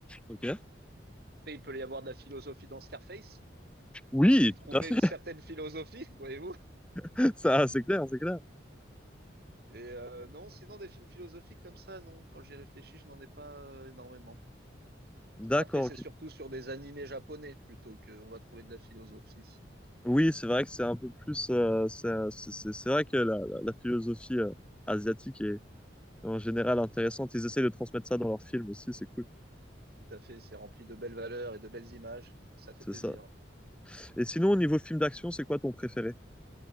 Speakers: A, in the centre; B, on the right.
A: Ok.
B: Après, il peut y avoir de la philosophie dans Scarface.
A: Oui,
B: on peut y trouver
A: tout à fait.
B: une certaine philosophie, voyez-vous.
A: <laughs> Ça, c'est clair, c'est clair.
B: Et euh, non, sinon des films philosophiques comme ça, non. Quand j'y réfléchis, je n'en ai pas euh, énormément.
A: D'accord,
B: Après, c'est surtout
A: ok.
B: sur des animés japonais plutôt qu'on va trouver de la philosophie.
A: Oui, c'est vrai que c'est un peu plus. euh, c'est c'est- c'est- c'est vrai que la, la- la philosophie euh, asiatique est en général intéressante. Ils essayent de transmettre ça dans leurs films aussi, c'est cool.
B: Tout à fait, c'est rempli de belles valeurs et de belles images. Ça fait
A: C'est
B: plaisir.
A: ça. Et sinon, au niveau film d'action, c'est quoi ton préféré?